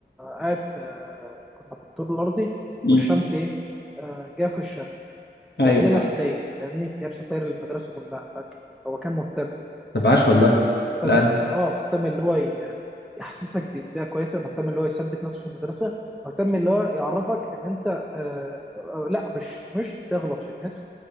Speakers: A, in the centre; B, on the left.
A: قاعد في كنا في الدور الارضي
B: مم.
A: والشمس ايه آه، جا في وشنا
B: ايوه
A: جاب لنا
B: فاهم
A: ستاير فاهمني جاب ستاير للمدرسه كلها فاهم؟ هو كان مهتم
B: طب
A: بالفكره
B: عاش والله
A: دي كان مهتم
B: لا لا.
A: اه مهتم اللي هو ي- يحسسك ببيئه كويسه مهتم اللي هو يثبت نفسه في المدرسه مهتم اللي هو يعرفك ان انت آه آه، لا مش مش تغلط في الناس